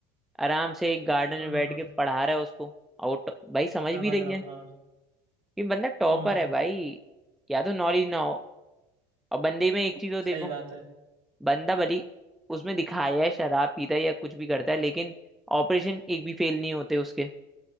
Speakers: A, in the centre; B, on the right.
A: आराम से एक गार्डन
B: हम्म
A: में बैठ
B: हम्म हम्म,
A: के पढ़ा रहा है उसको और वो ट- भाई समझ
B: समझ
A: भी रही
B: रहा
A: है
B: हूँ हाँ
A: ये बंदा टॉपर
B: हम्म
A: है भाई या तो नॉलेज ना हो और बंदे में एक चीज हो देखो
B: सही बात है
A: बंदा भली उसमें दिखाया है शराब पीता है या कुछ भी करता है लेकिन ऑपरेशन एक भी फेल नहीं होते उसके